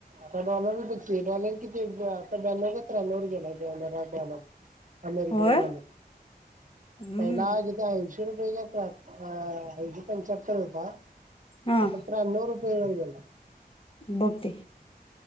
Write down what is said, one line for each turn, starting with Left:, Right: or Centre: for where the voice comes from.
Right: आता डॉलर बघ की डॉलर किती आता ब्याण्णव का त्र्याण्णववर गेलाय. <unintelligible> अमेरिकन
Left: होय
Right: डॉलर
Left: हम्म
Right: पहिला अजून ऐंशी रुपय काय ऐशे अ.... पंच्याहत्तर होता.
Left: हा
Right: आता त्र्यानव रुप <unintelligible>
Left: बघते